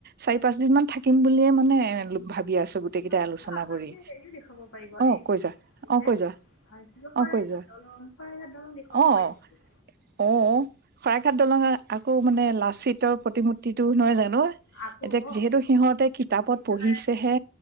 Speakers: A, on the right; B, on the left.
A: চাৰি পাঁচ দিন মান থাকিম বুলিয়ে মানে ভাবি আছো। গোটেই কেইটাই
B: নচোন
A: আলোচনা
B: আপোনালোকে
A: কৰি
B: হেৰিও দেখুৱাব পাৰিব
A: অ
B: এই
A: কৈ যোৱা অ
B: যে
A: কৈ যোৱা
B: য শৰাইঘাট
A: অ কৈ যোৱা
B: দলং শৰাইঘাট দলং দেখুৱাব
A: অ
B: পাৰি
A: অ
B: থ
A: অ শৰাইঘাট দলঙৰ আকৌ মানে লাচিতৰ প্ৰতিমূৰ্তিটোও নহয় জানো। ন'
B: আকৌ
A: এতিয়া
B: অঁ
A: যিহেতু সিহঁতে কিতাপত
B: বিচলাৰে
A: পঢ়িছেহে।